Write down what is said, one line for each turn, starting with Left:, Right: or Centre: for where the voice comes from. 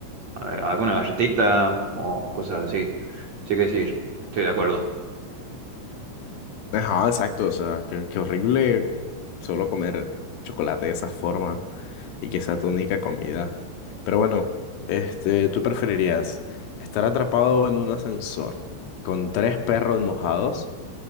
Right: eh, alguna galletita o cosas así. Así que sí, estoy de acuerdo.
Left: Ajá, exacto, o sea, qué, qué horrible solo comer chocolate de esa forma. y que sea tu única comida. Pero bueno, este, ¿tú preferirías estar atrapado en un ascensor con tres perros mojados